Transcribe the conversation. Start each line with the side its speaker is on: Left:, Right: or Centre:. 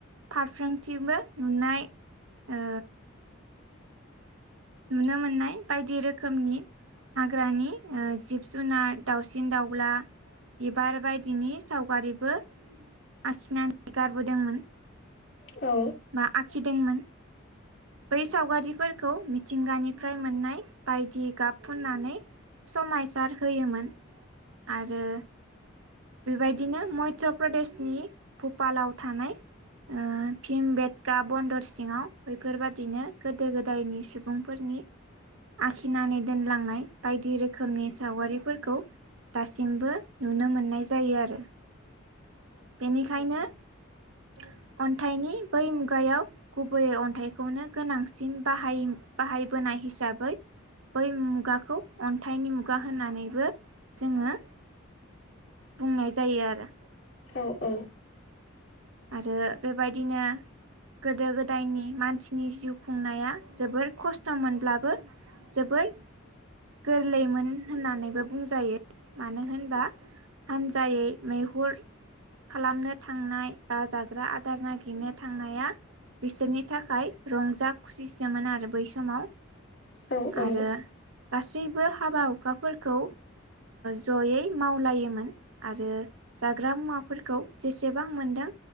Right: फारफ्रोमथिंबो नुनाय ओ नुनो मोननाय बायदि रोखोमनि हाग्रानि जिब जुनार दाउसिन दाउला बिबार बायदिनि सावगारिबो आखिनानै गारबोदोंमोन
Left: औ
Right: बा आखिदोंमोन बै सावगारिफोरखौ मिथिंगानिफ्राय मोननाय बायदि गाब फुननानै समायसार होयोमोन आरो बेबायदिनो मध्य प्रदेशनि भपालाव थानाय औ भिम बेेदका बन्दर सिङाव बैफोरबादिनो गोदो गोदायनि सुबुंफोरनि नि आखिनानै दोनलांनाय बायदि रोखोमनि सावगारिफोरखौ दासिमबो नुनो मोननाय जायो आरो बेनिखायनो <unintelligible> अन्थाइनि बै मुगायाव गुबैयै अन्थाइखौनो गोनांसिन बाहायोमोन बाहायबो होननाय हिसाबै बै मुगाखौ अन्थाइनि मुगा होनानैबो जोङो बुंनाय जायो आरो
Left: औ औ
Right: आरो बेबायदिनो गोदो गोदायनि मानसिनि जिउ खुंनाया जोबोर खस्थ' मोनब्लाबो जोबोद गोरलैमोन होननानैबो बुंजायो मानो होनबा हान्जायै मैहुर खालामनो थांनाय बा जाग्रा आदार नागिरनो थांनाया बिसोरनि थाखाय रंजा खुसिसोमोन आरो बै समाव
Left: ओं ओं
Right: आरो गासैबो हाबा हुखाफोरखौ जयै मावलायोमोन आरो जाग्रा मुवाफोरखौ जेसेबां मोनदों